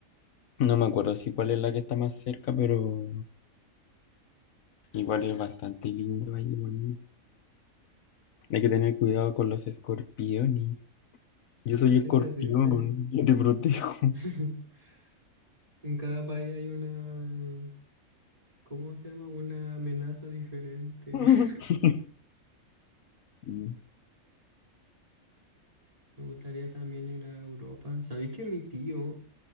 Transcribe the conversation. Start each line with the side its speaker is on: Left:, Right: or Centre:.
Left: No me acuerdo si cuál es la que está más cerca, pero Igual es bastante lindo ahí, bonito. Hay que tener cuidado con los escorpiones. Yo soy
Right: ay,
Left: escorpión,
Right: qué terrible.
Left: yo te protejo.
Right: <laughs> En cada país hay una, ¿cómo se llama? Una amenaza diferente.
Left: <laughs>
Right: <laughs>
Left: Sí.
Right: Me gustaría también ir a Europa. ¿Sabéis que mi tío